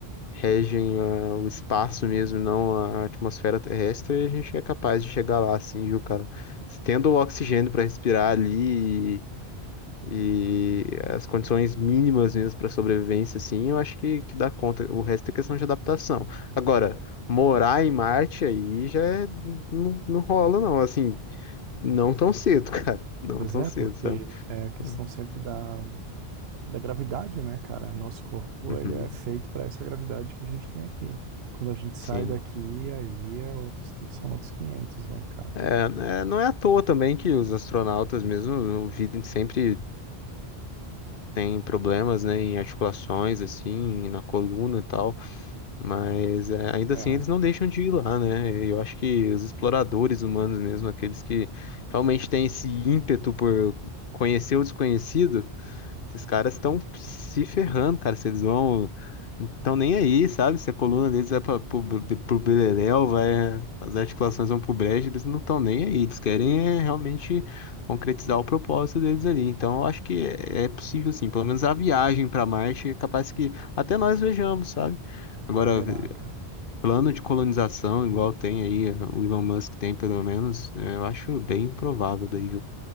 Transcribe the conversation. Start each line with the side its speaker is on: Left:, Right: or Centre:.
Left: regem ah, o espaço mesmo, não a atmosfera terrestre, e a gente é capaz de chegar lá, assim, viu, cara? Tendo o oxigênio para respirar ali e, e as condições mínimas mesmo para sobrevivência, assim, eu acho que, que dá conta. O resto é questão de adaptação. Agora, morar em Marte aí já é- não, não rola, não, assim, não tão cedo, <laughs> cara. Não
Right: Pois
Left: tão
Right: é,
Left: cedo,
Right: porque
Left: sabe?
Right: é a questão
Left: Ah,
Right: sempre da, da gravidade, né, cara? Nosso corpo,
Left: Uhum,
Right: ele é feito para essa gravidade que a gente tem aqui. Quando a gente sai
Left: sim.
Right: daqui, aí é outros, que- são outros 500, né, cara?
Left: É, né, não é à toa também que os astronautas mesmo, o vida sempre tem problemas, né, em articulações, assim, na coluna e tal. Mas é, ainda
Right: É,
Left: assim eles não deixam de ir lá, né? Eu acho que os exploradores humanos mesmo, aqueles que realmente têm esse ímpeto por conhecer o desconhecido, esses caras estão se ferrando, cara. Vocês vão. Estão nem aí, sabe? Se a coluna deles vai pra, pro, pro beleléu, vai, as articulações vão pro brejo, eles não estão nem aí. Eles querem é, realmente concretizar o propósito deles ali. Então, eu acho que é, é possível, sim. Pelo menos a viagem para Marte é capaz que até nós vejamos, sabe? Agora,
Right: será, cara?
Left: plano de colonização, igual tem aí, o Elon Musk tem, pelo menos, é, eu acho bem provável daí, viu,